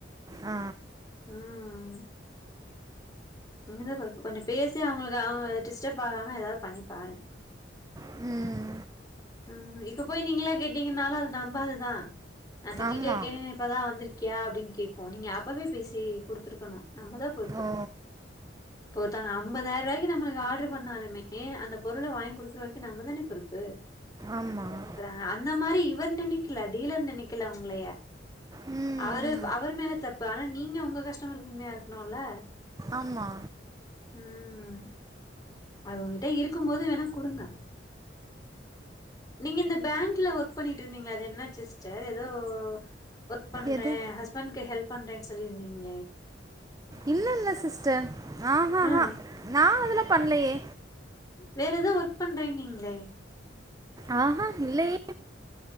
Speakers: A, on the right; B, on the left.
A: ஆ
B: உம் நீங்கதா பொறுப்பு கொஞ்சோ பேசி அவங்களுக்கு அவுங்க டிஸ்டப் ஆகாம ஏதாவது பண்ணி பாருங்க
A: ம்
B: ம் இப்ப போய் நீங்களா கேட்டீங்கனாலு அது நம்பாதுதா நா திட்டிட்டே
A: ஆமா
B: இருக்கே இப்பதா வந்திருக்கியா அப்டின்னு கேக்கும் நீங்க அப்பவே பேசி குடுத்துருக்கணு நம்பதா பொறுப்பு
A: ஓ
B: இப்ப ஒருத்தங்க ஐம்பதாயிர ரூபாய்க்கு நம்மளுக்கு ஆட்ரு பண்ணாலுமே அந்த பொருள வாங்கி குடுக்குற வரைக்கும் நம்ப தானே பொறுப்பு நம்பள
A: ஆமா
B: நம்பி தான குடுக்கறாங்க அந்த மாறி இவர் நெனைக்கல டீலர் நெனைக்கல உங்களைய
A: ம்
B: அவரு அவர் மேல தப்பு ஆனா நீங்க உங்க கஷ்டமருக்கு‌ உண்மையா இருக்கணுல்ல
A: ஆமா
B: ம் அது உங்ககிட்ட இருக்கும் போது வேணா குடுங்க நீங்க இந்த பேங்க்ல ஒர்க் பண்ணிட்டு இருந்தீங்ளே அது என்னாச்சு சிஸ்டர் ஏதோ ஒர்க் பண்றே
A: எது
B: ஹஸ்பண்ட்கு ஹெல்ப் பண்றேன்னு சொல்லியிருந்தீங்ளே
A: இல்ல இல்ல சிஸ்டர் ஆஹாஹா
B: ஆ
A: நா அதெல்லா பண்லையே
B: வேற ஏதோ ஒர்க் பண்றேனீங்ளே
A: ஆ ஹா இல்லயே